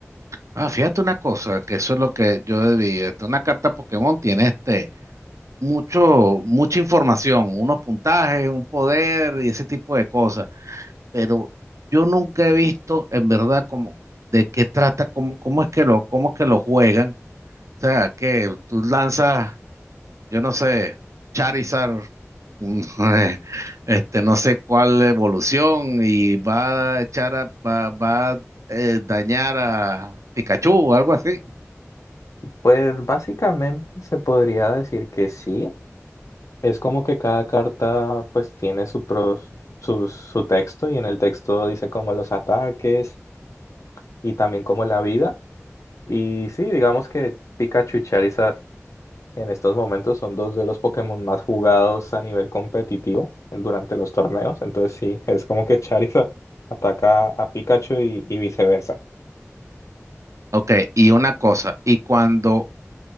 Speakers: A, on the right; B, on the left.
A: Ah, fíjate una cosa, que eso es lo que yo debí. Este, Una carta Pokémon tiene este mucho, mucha información, unos puntajes, un poder y ese tipo de cosas. Pero yo nunca he visto en verdad cómo, de qué trata, cómo, cómo es que lo, cómo es que lo juegan. O sea, que tú lanzas, yo no sé, Charizard, un, <laughs> este, no sé cuál evolución, y va a echar a, va, va a eh, dañar a Pikachu o algo así.
B: Pues básicamente se podría decir que sí. Es como que cada carta pues tiene su, pros- su, su texto y en el texto dice como los ataques y también como la vida. Y sí, digamos que Pikachu y Charizard en estos momentos son dos de los Pokémon más jugados a nivel competitivo durante los torneos. Entonces sí, es como que Charizard ataca a Pikachu y, y viceversa.
A: Ok, y una cosa, y cuando